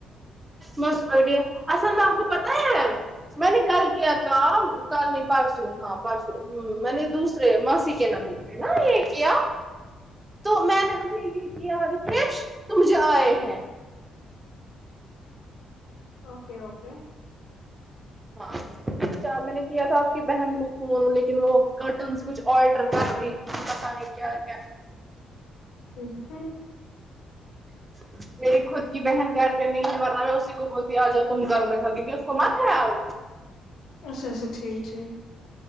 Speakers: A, on the right; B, on the left.
A: مس آئیڈیا آند آپ کو پتا ہے میں نے کل کیا کام کال نہیں پرارسو ہاں پرارسو میں نے دوسرے ماسی کے نمبر میں نا یہ کیا تو میں نے ابھی یہ کیا رش ت مجھے آئے ہیں
B: اوکے اوکے
A: ہاں چھ آپ میں نے کیا تھا آپ کی بہن کو فون لیکن وہ کرٹنس کچھ آلٹر کر رہی پتا نہیں کیا کیا
B: اسس
A: ناقابل فہم میری خود کی بہن گھر پہ نہیں ہے ورنہ میں اسی کو بولتی آ جو تم گھروں میں تھا کیکہ اس کو مات آؤ
B: اچھا اچھا ٹھیک ٹھیک